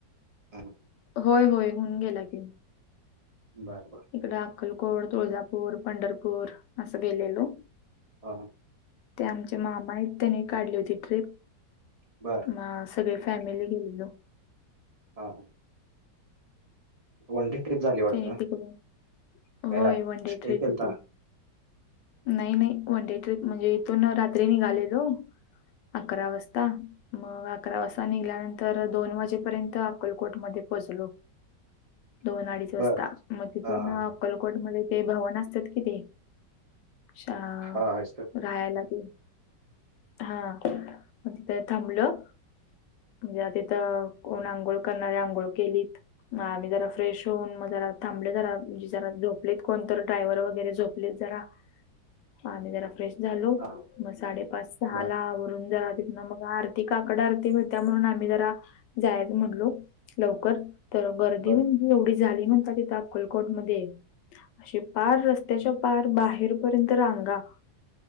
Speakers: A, on the right (about 65°); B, on the left (about 75°).
A: हम्म.
B: होय होय हून गेला की.
A: बरं बरं
B: इकड अक्कलकोट, तुळजापूर, पंढरपूर असं गेलेलो.
A: हा हा.
B: ते आमचे मामा हायत त्यानि काढली होती ट्रिप.
A: बरं
B: म सगळे फॅमिली गेलेलो.
A: हा हा. वन डे ट्रिप झाली वाटत?
B: त्यांनी तिकडे
A: काय
B: होय वन डे
A: स्टे
B: ट्रिप
A: केलता.
B: होती नाही नाही वन डे ट्रीप, म्हणजे इथून रात्री निघालेलो. अकरा वाजता. मग अकरा वाजता निघल्यानंतर दोन वाजेपर्यंत अकोलकोटमध्ये पोचलो.
A: <inaudible>
B: दोन अडीच वाजता.
A: बरं
B: मग तिथून
A: हां हां
B: अक्कलकोटमध्ये ते भवन असत्यात कि ते शा
A: हां हां
B: राहायला तेन. हा मग तिथ थांबलं. म्हणजे आ कोण
A: केलता.
B: आंघोळ करणारे आंघोळ केलीत. आम्ही जरा फ्रेश होऊन मग जरा थांबल जरा म्हणे जरा झोपलेत कोण तर, ड्रायव्हर वगैरे झोपलीत जरा. म आम्ही जरा फ्रेश झालो.
A: हां
B: मग साडेपाच सहाला
A: बरं
B: आवरून जरा मग आरती काकड आरती मिळत्या म्हणून आम्ही जरा जायच म्हणलो लवकर तर गर्दी
A: बरं
B: म्हणजे एवढी झाली म्हणता तिथे अक्कलकोट मध्ये असे पार रस्त्याच्या पार बाहेर बाहेर पर्यंत रांगा